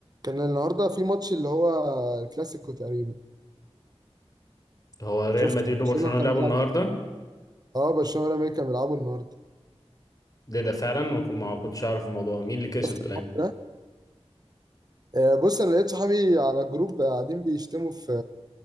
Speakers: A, on the right (about 40°); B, on the left (about 35°).
A: كان النهارده في ماتش اللي هو الكلاسيكو تقريبا
B: هو ريال
A: شفت
B: مدريد
A: برشلونه
B: وبرشلونة لعبوا
A: كان بيلعب
B: النهاردة
A: اه برشلونه والامريكا كانوا بيلعبوا النهارده
B: ده ده فعلا ما كن- ما كنتش أعرف الموضوع ده مين اللي كسب
A: شفت الماتش
B: طيب
A: ده آه، بص انا لقيت صحابي على الجروب قاعدين بيشتموا في